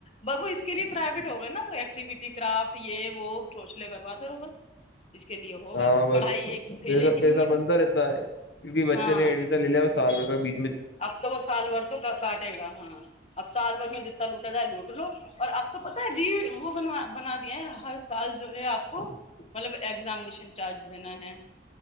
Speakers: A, on the left (about 35°); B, on the left (about 65°).
A: ببو اس کے لیے پرائیویٹ ہو گئے نا وہ ایکٹیوٹی کرافٹ یہ وہ سوچنے کرواتے رہ ہو بس اس کے لیے ہوگئے
B: ہاں
A: وہ
B: بس
A: پڑھائی ایک ھیلے
B: پیسہ
A: کی
B: پیسہ
A: نہیں ہے بالکل
B: بنتا رہتا ہے کیونکہ بچے
A: ہاں
B: نے ایڈمیشن لے سالک بی
A: اب تو وہ سال بھر تو کاٹے گا ہاں اب سال بھر میں جتنا لوٹا جائے لوٹ لو اور آپ کو پتا ہے ری وہ بن بنا دیا ہے ہر سال جو ہے آپ کو مطلب ایزامینیشن چارج دینا ہے